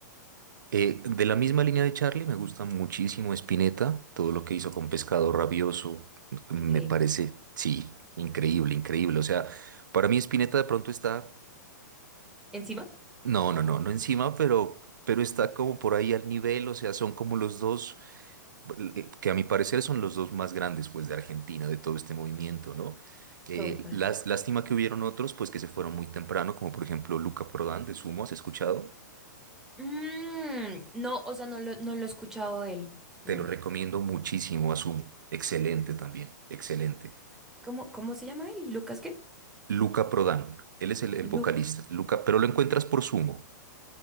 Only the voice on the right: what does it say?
Eh, de la misma línea de Charlie, me gusta muchísimo Spinetta, todo lo que hizo con Pescado Rabioso, me
parece, sí, increíble, increíble. O sea, para mí Spinetta de pronto está,
no, no, no, no encima, pero, pero está como por ahí al nivel, o sea, son como los dos. eh, que a mi parecer son los dos más grandes, pues, de Argentina, de todo este movimiento, ¿no? Eh,
las, lástima que hubieron otros, pues, que se fueron muy temprano, como por ejemplo Luca Prodan de Sumo, ¿has escuchado?
Te lo recomiendo muchísimo a Sumo. Excelente también, excelente.
Luca Prodan, él es el, el
vocalista, Luca, pero lo encuentras por Sumo.